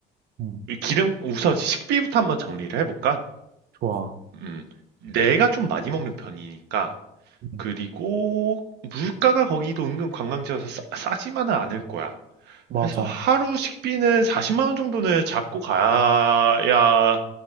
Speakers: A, on the right; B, on the right.
A: 음,
B: 기름 우선 식비부터 한번 정리를 해볼까?
A: 좋아.
B: 음, 내가 좀 많이 먹는 편이니까
A: 음,
B: 그리고 물가가 거기도 은근 관광지여서 싸, 지만은 않을 거야.
A: 맞아.
B: 그래서 하루 식비는 40만 원 정도는 잡고 가야